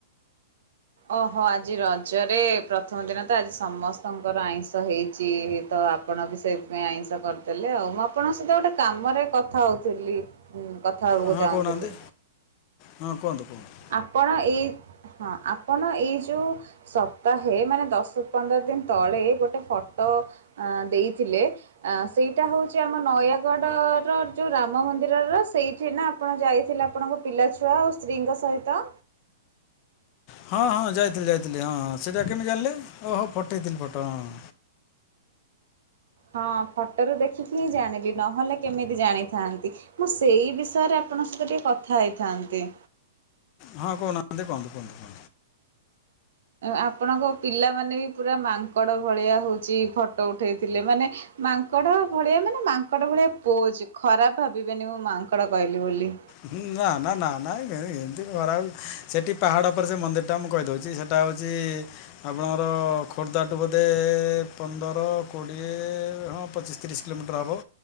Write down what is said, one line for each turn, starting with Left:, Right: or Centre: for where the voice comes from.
Right: ଓହୋ, ଆଜି ରଜରେ, ପ୍ରଥମ ଦିନ ତ, ଆଜି ସମସ୍ତଙ୍କର ଆଇଁଷ ହେଇଚି। ତ ଆପଣ ବି ସେଇଥିପାଇଁ ଆଇଁଷ କରିଦେଲେ ଆଉ, ମୁଁ ଆପଣଙ୍କ ସହିତ ଗୋଟେ କାମରେ କଥା ହଉଥିଲି। ହୁଁ, କଥା ହେବାକୁ
Left: ହଁ
Right: ଚାହୁଁଥିଲି।
Left: କହୁନାହାନ୍ତି ହଁ କୁହନ୍ତୁ କୁହନ୍ତୁ?
Right: ଆପଣ ଏଇ, ହଁ ଆପଣ ଏଇ ଯୋଉ ସପ୍ତାହେ, ମାନେ ଦଶ ପନ୍ଦର ଦିନ ତଳେ ଗୋଟେ ଫଟୋ ଦେଇଥିଲେ ଆ ସେଇଟା ହଉଚି ଆମ ନୟାଗଡ଼ର ଯେଉ ରାମ ମନ୍ଦିରର, ସେଇଠି ନା ଆପଣ ଯାଇଥିଲେ, ଆପଣଙ୍କ ପିଲାଛୁଆ ଆଉ ସ୍ତ୍ରୀଙ୍କ ସହିତ?
Left: ହଁ ହଁ ଯାଇଥିଲି ଯାଇଥିଲି, ହଁ ହଁ। ସେଇଟା କେମିତି ଜାଣିଲେ? ଓହୋ ଫଟେଇଥିଲି ଫଟୋ ହଁ।
Right: ହଁ, ଫଟୋରୁୁ ଦେଖିକି ହିଁ ଜାଣିଲି। ନହେଲେ କେମିତି ଜାଣିଥାନ୍ତି? ମୁଁ ସେଇ ବିଷୟରେ ଆପଣଙ୍କ ସହିତ ଟିକେ କଥା ହେଇଥାନ୍ତି?
Left: ହଁ, କହୁ ନାହାନ୍ତି, କୁହନ୍ତୁ କୁହନ୍ତୁ?
Right: ଆପଣଙ୍କ ପିଲାମାନେ ବି ପୁରା ମାଙ୍କଡ ଭଳିଆ ହଉଚି ଫଟୋ ଉଠେଇଥିଲେ, ମାନେ ମାଙ୍କଡ଼ ଭଳିଆ ମାନେ, ମାଙ୍କଡ଼ ଭଳିଆ ପୋଜ୍, ଖରାପ ଭାବିବେନି ମୁଁ ମାଙ୍କଡ଼ କହିଲି ବୋଲି।
Left: ହୁଁ, ନା ନା, ନା ନା, ଏମିତି ଖରାଉ, ସେଠି ପାହାଡ ଉପରେ ସେ ମନ୍ଦିର ଟା ମୁଁ କହିଦଉଚି, ସେଠ ସେଟା ହଉଚି ଆପଣଙ୍କର ଖୋର୍ଦ୍ଧାଠୁ ବୋଧେ ପନ୍ଦର, କୋଡ଼ିଏ ହଁ ପଚିଶ ତିରିଶ କିଲୋମିଟର ହବ।